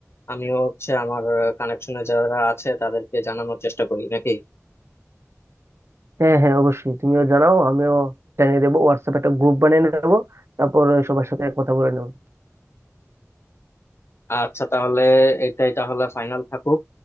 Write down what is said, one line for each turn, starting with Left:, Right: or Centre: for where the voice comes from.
Left: আমিও হচ্ছে আমার কানেকশনে যারা আছে তাদেরকে জানানোর চেষ্টা করি নাকি
Right: হ্যাঁ হ্যাঁ অবশ্যই তুমিও জানাও আমিও জানিয়ে দেবো হোয়াটসঅ্যাপ একটা গ্রুপ বানিয়ে নেবো তারপর সবার সাথে কথা বলে নেবো
Left: আচ্ছা তাহলে এটাই তাহলে ফাইনাল থাকুক